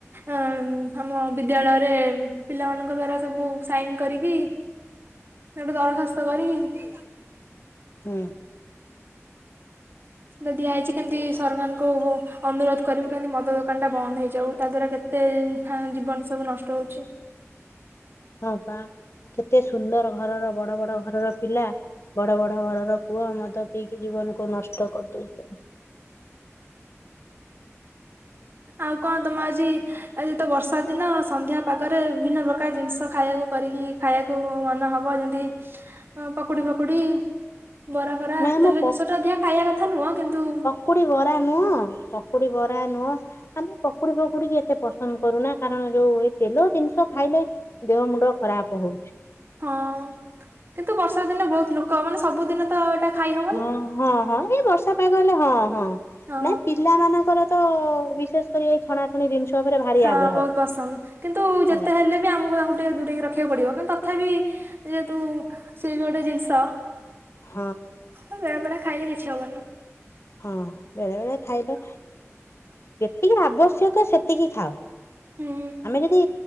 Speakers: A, on the right (about 45°); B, on the left (about 55°).
A: ଅ ଆମ ବିଦ୍ୟାଳୟରେ ପିଲାମାନଙ୍କ ଦ୍ଵାରା ସବୁ ସାଇନ କରିକି ଗୋଟେ ଦରଖାସ୍ତ କରିକି
B: ହୁଁ।
A: ସେଟା ଦିଆ ହୋଇଛି କେମିତି ସରକାରଙ୍କୁ ଅନୁରୋଧ କରିବୁ କେମିତି ମଦ ଦୋକାନଟା ବନ୍ଦ ହେଇଯାଉ ତା ଦ୍ୱାରା କେତେ ଜୀବନ ସବୁ ନଷ୍ଟ ହୋଉଛି।
B: ହଁ ପା କେତେ ସୁନ୍ଦର ଘରର ବଡ଼ ବଡ଼ ଘରର ପିଲା ବଡ଼ ବଡ଼ ଘରର ପୁଅ ମଦ ପିଇକି ଜୀବନକୁ ନଷ୍ଟ କରିଦଉଛନ୍ତି।
A: ଆଉ କଁ ତମ ଆଜି ଆଜି ତ ବର୍ଷା ଦିନ ସନ୍ଧ୍ୟା ପାଗରେ ବିଭିନ୍ନ ପ୍ରକାର ଜିନିଷ ଖାଇଆକୁ କରିକି ଖାଇଆକୁ ମନେ ହବ ଯେମିତି ପକୁଡ଼ି ଫକୁଡ଼ି ବରା ଫରା
B: ନା ଆମ
A: ତେଲ ଜିନିଷଟା ଅଧିକା ଖାଇବା କଥା ନୁହଁ କିନ୍ତୁ
B: ପକୁଡ଼ି ବରା ନୁହଁ ପକୁଡ଼ି ବରା ନୁହଁ ଆମେ ପକୁଡ଼ି ଫକୁଡ଼ି କି ଏତେ ପସନ୍ଦ କରୁନା କାରଣ ଯୋଉ ଏଇ ତେଲ ଜିନିଷ ଖାଇଲେ ଦେହ ମୁଣ୍ଡ ଖରାପ ହୋଉଛି।
A: ହଁ କିନ୍ତୁ ବର୍ଷା ଦିନେ ବହୁତ ଲୋକ ମାନେ ସବୁଦିନ ତ ଏଟା ଖାଇ ହ
B: ହଁ ହଁ ହଁ ଏଇ ବର୍ଷା ପାଗ ହେଲେ ହଁ ହଁ
A: ହଁ
B: ନାଇଁ ପିଲା ମାନଙ୍କର ତ ବିଶେଷ କରି ଏଇ ଛଣା ଛଣି ଜିନିଷ ଉପରେ ଭାରି
A: ହଁ
B: ଆଗ୍ରହ।
A: ବହୁତ ପସନ୍ଦ କିନ୍ତୁ ଯେତେ
B: ହେଲା
A: ହେଲେ ବି ଆମକୁ ତାଙ୍କୁ ଟିକେ ଦୂରେଇକି ରଖି ଦେଖିବାକୁ ପଡିବ କିନ୍ତୁ ତଥାପି ଯେହେତୁ ସେ ବି ଗୋଟେ ଜିନିଷ
B: ହଁ।
A: ବେଳେ ବେଳେ ଖାଇଲେ କିଛି ହବ ନି।
B: ହଁ ବେଳେ ବେଳେ ଖାଇଲେ ଯେତିକି ଆବଶ୍ୟକ ସେତିକି ଖାଅ।
A: ହୁଁ
B: ଆମେ ଯଦି